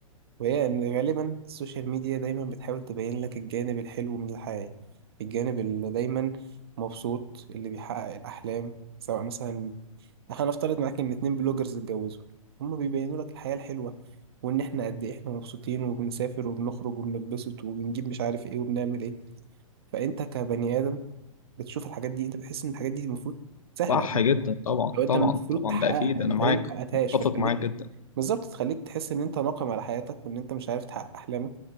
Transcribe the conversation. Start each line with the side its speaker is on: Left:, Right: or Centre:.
Right: وهي إن غالبا السوشيال ميديا دايما بتحاول تبين لك الجانب الحلو من الحياة الجانب اللي دايما مبسوط اللي بيحقق الأحلام سواء مثلا هنفترض معاك ان اتنين بلوجرز اتجوزوا هما بيبينوا لك الحياة الحلوة وان احنا قد ايه احنا مبسوطين وبنسافر وبنخرج وبنتبسط وبنجيب مش عارف ايه وبنعمل ايه فانت كبني ادم بتشوف الحاجات دي انت بتحس ان الحاجات دي المفروض سهلة
Left: صح
Right: انت
Left: جدا طبعا
Right: لو انت
Left: طبعا
Right: المفروض
Left: طبعا
Right: تحققها
Left: ده اكيد
Right: يعني
Left: انا
Right: انت
Left: معاك
Right: ليه ما حققتهاش
Left: متفق
Right: فتخليك
Left: معاك جدا
Right: بالظبط تخليك تحس ان انت ناقم على حياتك وان انت مش عارف تحقق احلامك